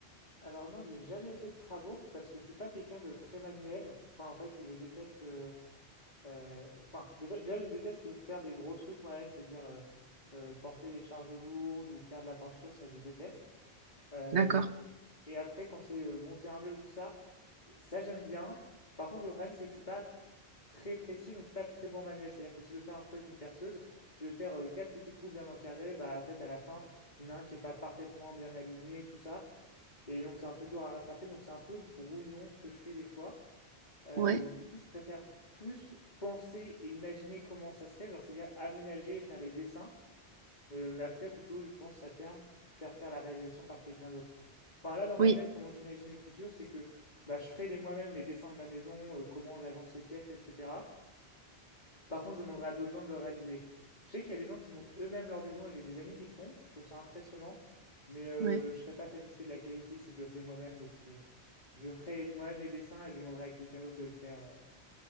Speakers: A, on the left (about 40°); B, on the right (about 80°).
A: Alors non, j'ai jamais fait de travaux parce que je suis pas quelqu'un de très manuel. Enfin, en fait, je déteste. euh, euh, enfin, dé- déjà, je déteste faire des gros trucs moi-même, c'est-à-dire euh, euh, porter des charges lourdes ou faire de la peinture, ça, je déteste. Euh,
B: D'accord,
A: et après, quand c'est euh, monter un meuble, tout ça, Ça, j'aime bien. Par contre, le problème, c'est que je suis pas très précis, donc je suis pas très bon en manuel. C'est-à-dire que si je veux faire un trou avec une perceuse, si je veux faire euh, quatre petits trous bien encarrés, bah en fait à la fin, il y en a un qui est pas parfaitement bien aligné, et tout ça. Et donc c'est un peu dur à rattraper, donc c'est un peu brouillon ce que je fais des fois. Euh,
B: ouais,
A: du coup, je préfère plus penser et imaginer comment ça serait, genre c'est-à-dire aménager, faire les dessins, euh, mais après, plutôt, je pense à terme faire faire la réalisation par quelqu'un d'autre. Enfin, là, dans ma
B: oui,
A: tête, comment j'imagine le futur, c'est que bah, je ferai les moi-même les dessins de ma maison, euh, comment j'agence les pièces, etc. Par contre, je demanderai à d'autres gens de le réaliser. Je sais qu'il y a des gens qui montent eux-mêmes leur maison et j'ai des amis qui le font. Je trouve ça impressionnant, mais euh,
B: ouais.
A: je ne serais pas satisfait de la qualité si je le fais moi-même. Donc, euh, je ferai moi-même les dessins et je demanderai à quelqu'un d'autre de le faire.